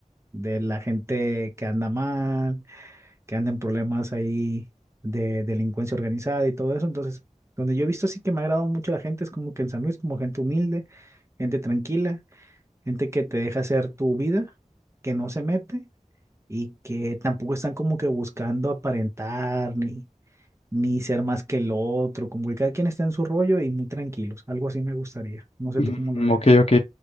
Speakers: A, on the right; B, on the left.
A: de la gente que anda mal que andan en problemas ahí de delincuencia organizada y todo eso. Entonces, donde yo he visto así que me ha agradado mucho la gente es como que en San Luis, como gente humilde, gente tranquila, gente que te deja hacer tu vida, que no se mete y que tampoco están como que buscando aparentar ni, ni ser más que el otro, como que cada quien está en su rollo y muy tranquilos. Algo así me gustaría. No sé
B: mm,
A: tú cómo lo veas.
B: Ok, ok.